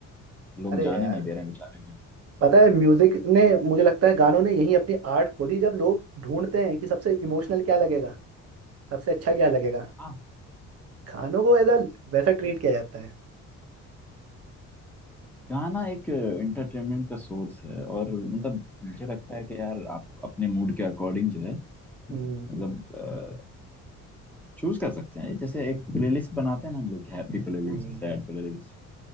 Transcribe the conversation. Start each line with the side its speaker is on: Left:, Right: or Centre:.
Centre: लोग
Right: अरे
Centre: जाने
Right: यार
Centre: नहीं दे रहे हैं बेचारे को
Right: पता है म्यूजिक ने मुझे लगता है गानों ने यही अपनी आर्ट खो दी जब लोग ढूंढते हैं कि सबसे इमोशनल क्या लगेगा सबसे अच्छा क्या लगेगा
Centre: हाँ
Right: गानों को ऐसा वैसा ट्रीट किया जाता है
Centre: गाना एक एंटरटेनमेंट का सोर्स है और मतलब
Right: हम्म
Centre: मुझे लगता है कि यार आप अपने मूड के अकॉर्डिंग जो है
Right: हम्म
Centre: मतलब चूज कर सकते हैं जैसे एक प्लेलिस्ट बनाते हैं ना हम लोग happy playlist
Right: हम्म
Centre: sad playlist